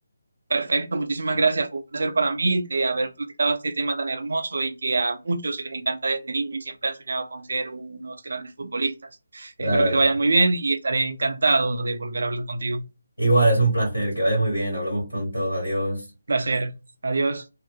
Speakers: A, on the right; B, on the left.
A: perfecto, muchísimas gracias, fue un placer para mí de haber platicado este tema tan hermoso y que a muchos se les encanta desde niño y siempre han soñado con ser unos grandes futbolistas.
B: La
A: Espero
B: verdad.
A: que te vaya muy bien y estaré encantado de volver a hablar contigo.
B: Igual, es un placer, que vaya muy bien, hablamos pronto, adiós.
A: Placer, adiós.